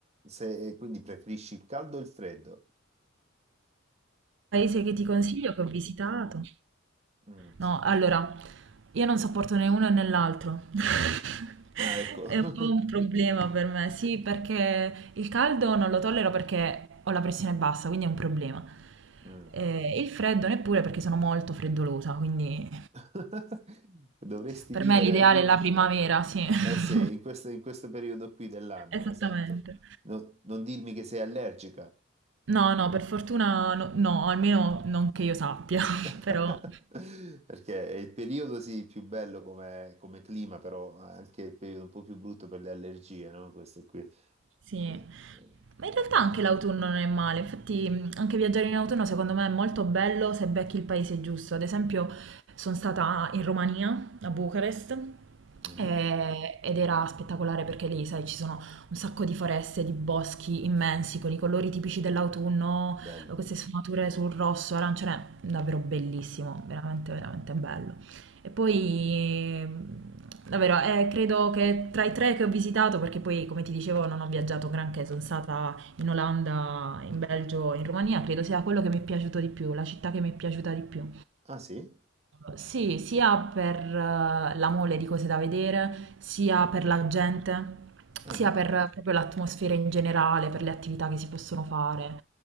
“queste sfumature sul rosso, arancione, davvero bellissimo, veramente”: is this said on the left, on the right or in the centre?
Right